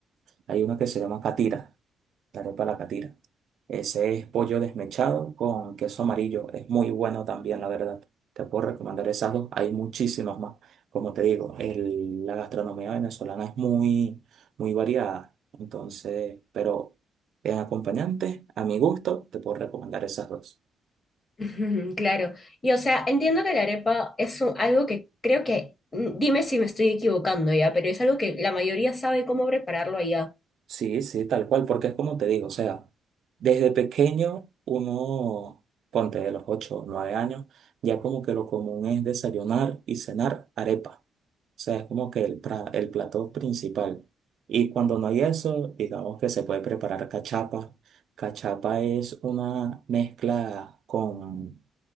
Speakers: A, on the right (about 65°); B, on the left (about 35°).
A: hay una que se llama catira la arepa de la catira. Ese es pollo desmechado con queso amarillo. Es muy bueno también, la verdad. Te puedo recomendar esas dos. Hay muchísimas más. Como te digo, el- la gastronomía venezolana es muy, muy variada. Entonces, pero en acompañante, a mi gusto, te puedo recomendar esas dos.
B: Ujú, Claro, y o sea, entiendo que la arepa es un- algo que creo que, mm, dime si me estoy equivocando ya, pero es algo que la mayoría sabe cómo prepararlo allá.
A: Sí, sí, tal cual, porque es como te digo, o sea, desde pequeño uno, ponte de los 8, o 9 años, ya como que lo común es desayunar y cenar arepa. O sea, es como que el, pra- el plato principal. Y cuando no hay eso, digamos que se puede preparar cachapa. Cachapa es una mezcla con,